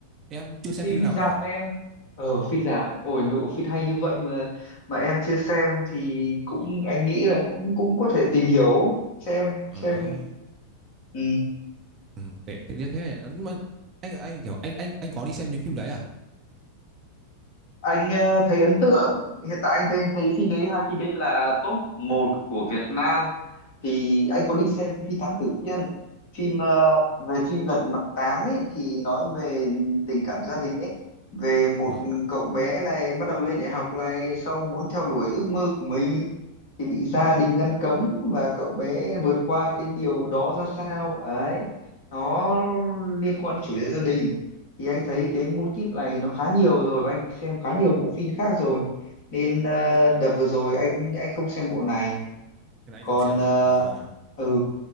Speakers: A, on the right (about 30°); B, on the left (about 50°).
A: Em chưa xem
B: Phim
A: phim nào
B: rạp
A: cả.
B: em. Ờ, phim rạp, ôi mấy bộ phim hay như vậy mà mà em chưa xem thì cũng
A: Ôi,
B: anh nghĩ là cũng cũng có thể tìm hiểu xem
A: à
B: xem ừ.
A: ừ, tệ tệ tiếc thế. Ừ, Mà anh anh kiểu anh anh anh có đi xem những phim đấy à?
B: anh ờ, thấy ấn tượng hiện tại anh thấy thấy phim đấy hai phim đấy là top một của Việt Nam thì anh có đi xem phim Thám Tử Kiên phim ờ, về phim Lật Mặt Tám ấy thì nói về tình cảm gia đình ấy về một
A: Vâng.
B: cậu bé này bắt đầu lên đại học này xong muốn theo đuổi ước mơ của mình thì bị gia đình ngăn cấm và cậu bé vượt qua cái điều đó ra sao ấy nó liên quan đến chủ đề gia đình thì anh thấy cái mô típ này nó khá nhiều rồi và anh xem khá nhiều bộ phim khác rồi nên ờ,
A: Thế là
B: đợt vừa rồi anh anh không xem bộ này
A: thế là anh
B: còn
A: không xem
B: ờ,
A: à? À.
B: ừ